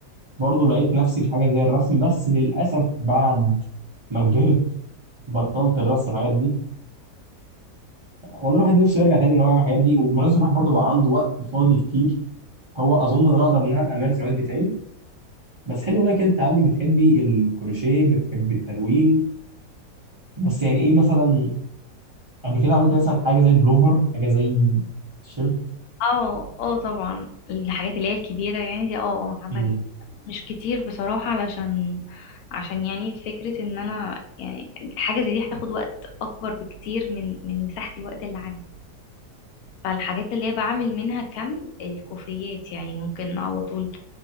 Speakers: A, on the right; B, on the left.
A: برضه لقيت نفسي في حاجة زي الرسم بس للأسف بعد ما كبرت بطلت الرسم والحاجات دي والله الواحد نفسه يرجع تاني ان هو يعمل الحاجات دي وبالنسبة الواحد برضه بقى عنده وقت فاضي كتير هو اظن ان انا اقدر ان انا امارس الهوايات دي تاني بس حلو والله كده انت عندك بتحبي الكروشيه بتحبي التلوين بس يعني ايه مثلا قبل كده عملتي مثلا حاجه زي بلوفر حاجه زي تيشيرت
B: اه اه طبعا الحاجات اللي هي الكبيرة يعني دي اه اه عملت
A: مهم.
B: مش كتير بصراحة علشان عشان يعني فكرة ان انا يعني حاجة زي دي هتاخد وقت اكبر بكتير من من مساحة الوقت اللي عندي فالحاجات اللي هي بعمل منها كم الكوفيات يعني ممكن على طول